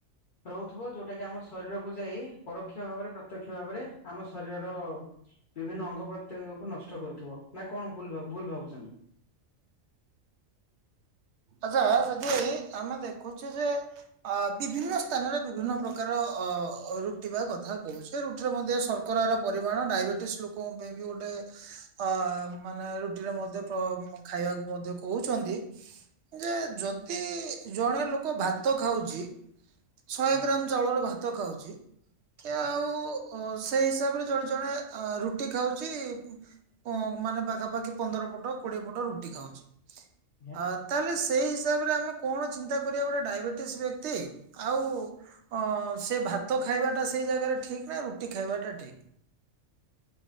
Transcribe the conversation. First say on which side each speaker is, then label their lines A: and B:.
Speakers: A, on the left; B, on the right.
A: ରହୁଥିବ ଯୋଉଟା କି ଆମ ଶରୀରକୁୁ ଯାଇ ପରୋକ୍ଷ ଭାବରେ ପ୍ରତ୍ୟକ୍ଷ ଭାବରେ ଆମ ଶରୀରର ବିଭିନ୍ନ ଅଙ୍ଗ ପ୍ରତ୍ୟଙ୍ଗକୁ ନଷ୍ଟ କରୁଥିବ। ନା କଣ ଭୁଲ, ଭୁଲ ଭାବୁଛନ୍ତି?
B: ଆଚ୍ଛା ଯଦି ଆମେ ଦେଖୁଛୁ ଯେ ଆ ବିଭିନ୍ନ ସ୍ଥାନରେ ବିଭିନ୍ନ ପ୍ରକାର ଅ ରୁଟିବା କଥା କହୁଛି। ଯେ ରୁଟିରେ ମଧ୍ୟ ଶର୍କରାର ପରିମାଣ ଡାଇବେଟିସ୍ ଲୋକଙ୍କ ପାଇଁ ବି ଗୋଟେ ଅ ମାନେ ରୁଟିରେ ମଧ୍ୟ ଖାଇବାକୁ ମଧ୍ୟ କହୁଛନ୍ତି। ଯେ ଯଦି ଜଣେ ଲୋକ ଭାତ ଖାଉଛି। ଶହେ
A: ହୁଁ
B: ଗ୍ରାମ ଚାଉଳର ଭାତ ଖାଉଛି କି
A: ଆଜ୍ଞା
B: ଆଉ ଓ ସେଇ ହିସାବରେ ଜଣେ ଜଣେ ରୁଟି ଖାଉଛି। ଉଁ ମାନେ ପାଖାପାଖି ପନ୍ଦର ପଟ କୋଡି଼ଏ ପଟ ରୁଟି ଖାଉଛି
A: ଆଜ୍ଞା
B: ଆ ତାହେଲେ ସେଇ ହିସାବରେ ଆମେ କଣ ଚିନ୍ତା କରିବା ଗୋଟେ ଡାଇବେଟିସ ବ୍ୟକ୍ତି ଆଉ ଅ ସେ ଭାତ ଖାଇବାଟା ସେଇ ଜାଗାରେ ଠିକ୍ ନା ରୁଟି ଖାଇବାଟା ଠିକ୍?